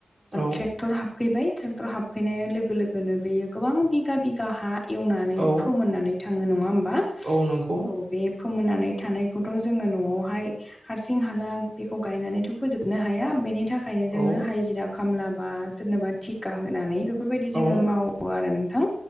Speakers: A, on the right; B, on the left.
A: औ
B: ट्रेक्टर हाबफैबाय ट्रेक्टर हाब सफैनाय लोगो लोगोनो बेयो गोबां बिगा बिगा हा एवनानै
A: औ
B: फोमोननानै थाङो नङा होमबा?
A: औ नंगौ
B: औ बे फोमोननानै थानायखौथ जोङो नआवहाय हारसिं हाला बेखौ गायनानैथ फोजोबनो हाया बेनि थाखाय थाखायनो
A: औ
B: जोङो हाइजिरा खामला बा सोरनोबा थिखा होनानै बेफोरबायदि
A: औ
B: जोङो मावो आरो नोंथां